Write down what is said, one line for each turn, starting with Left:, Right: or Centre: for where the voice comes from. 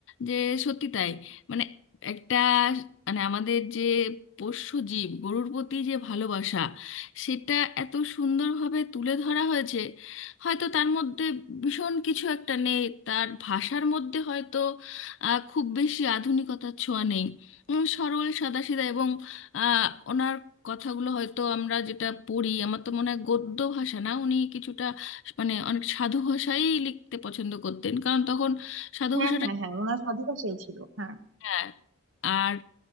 Left: যে সত্যি তাই মানে একটা মানে আমাদের যে পোষ্য জীব গরুর প্রতি যে ভালোবাসা সেটা এত সুন্দরভাবে তুলে ধরা হয়েছে হয়তো তার মধ্যে ভীষণ কিছু একটা নেই তার ভাষার মধ্যে হয়তো আহ, খুব বেশি আধুনিকতার ছোঁয়া নেই উম, সরল সাদাসিধা এবং আহ, ওনার কথাগুলো হয়তো আমরা যেটা পড়ি আমার তো মনে হয় গদ্য ভাষা না উনি কিছুটা মানে অনেক সাধু ভাষাই লিখতে পছন্দ করতেন কারণ তখন সাধু
Right: হ্যাঁ
Left: ভাষাটা
Right: হ্যাঁ হ্যাঁ ওনার স্বাধীনতা সেই ছিল হ্যাঁ
Left: হ্যাঁ আর